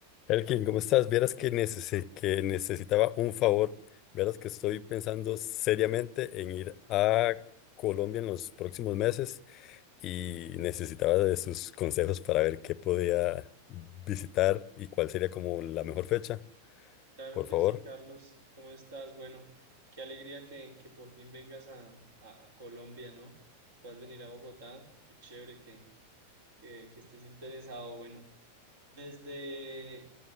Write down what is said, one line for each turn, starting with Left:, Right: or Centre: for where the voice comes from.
Left: Elkin, ¿cómo estás? Vieras que, necesi- que necesitaba un favor. Vieras que estoy pensando seriamente en ir a Colombia en los próximos meses y necesitaba de sus consejos para ver qué podía visitar y cuál sería como la mejor fecha,
Right: Claro
Left: por
Right: que
Left: favor.
Right: sí, Carlos. ¿Cómo estás? Bueno, qué alegría que, que por fin vengas a, a- a Colombia, ¿no? Puedas venir a Bogotá. Qué chévere que, que, que estés interesado. Bueno, desde,